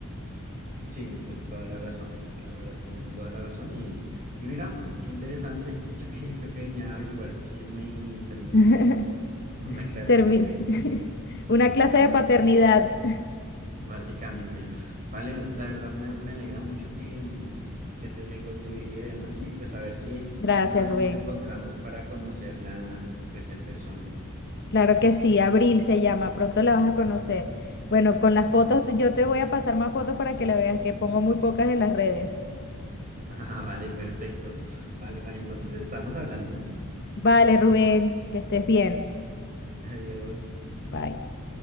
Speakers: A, on the right; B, on the left.
A: Sí, pues toda la razón, la verdad tienes toda la razón y, y mira, qué interesante, <laughs> yo que, yo que venía a averiguar chisme y terminé
B: <laughs>
A: <laughs> en una clase
B: Termi-
A: de,
B: <laughs> una
A: de
B: clase
A: familia,
B: de paternidad. <laughs>
A: <laughs> básicamente. Vale, la verdad me, me alegra mucho que, mm, que estés bien con tu hija y demás y pues a ver si
B: Gracias,
A: una vez
B: Rubén.
A: nos encontramos para conocerla pues en persona. <laughs>
B: Claro que sí, Abril se llama, pronto la vas a conocer. Bueno, con las fotos, yo te voy a pasar más fotos para que la veas, que pongo muy pocas en las redes.
A: Ah, vale, perfecto. Vale, María, entonces estamos hablando.
B: Vale, Rubén, que estés bien.
A: <laughs> Adiós.
B: Bye.